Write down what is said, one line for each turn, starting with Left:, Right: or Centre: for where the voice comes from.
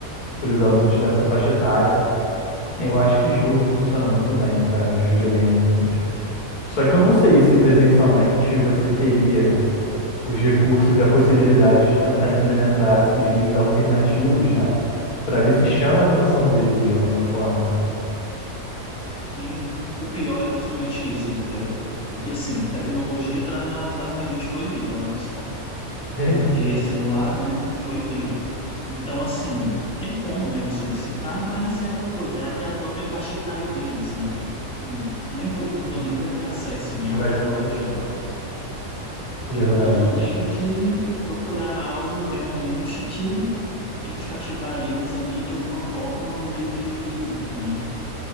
Left: para os alunos dessa faixa etária. Eu acho que jogo funciona muito bem, sabe? Os videogamezinhos. Só que eu não sei se presencialmente você teria os recursos e a possibilidade de tentar implementar esses meios alternativos, né? Para ver se chama a atenção deles de alguma forma.
Centre: E o pior é justamente isso, entendeu? Porque, assim, tecnologia tá basicamente proibida lá na escola.
Left: Eita,
Centre: Porque celular, né, proibiram. Então, assim, tem como, né, eu solicitar, mas é aquela coisa, é até a própria faixa etária deles, né? Assim, nem todo mundo ali vai ter acesso, né,
Left: vai
Centre: à tecnologia.
Left: ter um telefone. Verdade.
Centre: Então eu tenho que procurar algo realmente que tente cativar eles ali de alguma forma, meio que físico, né?